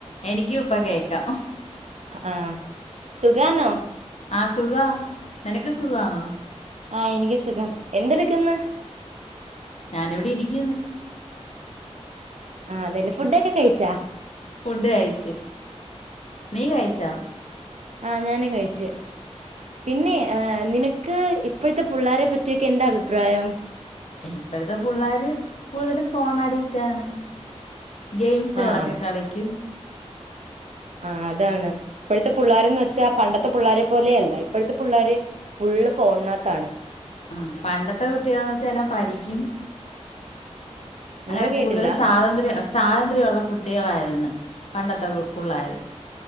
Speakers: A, on the left; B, on the right.
A: എനിക്കുഇപ്പകേക്കാം.
B: ആഹ് ആഹ് സുഖാന്നോ?
A: ആ സുഖ നിനക്ക് സുഖണോ?
B: ആ എനിക്ക് സുഖം എന്തെട്ക്ക്ന്ന്?
A: ഞാനി വിടെ ഇരിക്കിന്ന്
B: ആ അതെല്ലേ ഫുഡൊക്കെ കഴിച്ചാ
A: ഫുഡ് കഴിച്ച് നീ കഴിച്ചോ
B: ആ ഞാനും കഴിച്ച്. പിന്നെ ഏ നിനക്ക് ഇപ്പഴത്തെ പിള്ളാരെ പറ്റിയൊക്കെ എന്താ അഭിപ്രായം
A: ഇപ്പഴത്തെ പിള്ളോര് കൂടുതല് ഫോൺ അഡിക്റ്റ് ആണ് ഗെയിംസ്കളൊക്ക
B: ആഹ്
A: കളിക്കും
B: ആ അതാണ്. ഇപ്പഴത്തെ പിള്ളോരന്ന് വെച്ചാ പണ്ടത്തെ പിള്ളോരെ പോലെയെ അല്ല. ഇപ്പോഴത്തെ പിള്ളോര് ഫുള്ള് ഫോണിനകത്താണ്
A: ആ പണ്ടത്തെ കുട്ടികളെച്ചാല്ലാം പഠിക്കും അങ്ങനെ
B: എന്തോ
A: കൂടുതൽ
B: കേട്ടില്ല
A: സാതന്ത്ര്യ സാതന്ത്ര്യഉള്ള കുട്ടികളായിര് എന്ന് പണ്ടത്തെ പുപുള്ളാര്